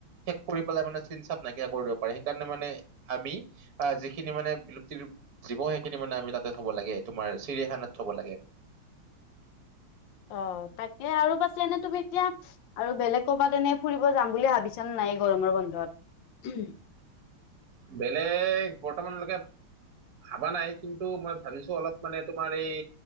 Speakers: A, on the right; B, on the left.
A: শেষ কৰি পেলাই মানে চিন চাপ নাইকিয়া কৰিব দিব পাৰে সেইকাৰণে মানে আমি। আহ যিখিনি মানে বিলুপ্তিৰ জীৱ সেইখিনি মানে আমি তাতে থব লাগে তোমাৰ চিৰিয়াখানাত থব লাগে।
B: অ তাকে আৰু পাচ। যেনে তুমি এতিয়া আৰু বেলেগ ক'বাত তেনে ফুৰিব যাম বুলি ভাবিছা নাই গৰমৰ বন্ধত। <inaudible>
A: বেলেগ বৰ্তমানলৈকে, ভাবা নাই কিন্তু মই ভাবিছো অলপ মানে তোমাৰ এই,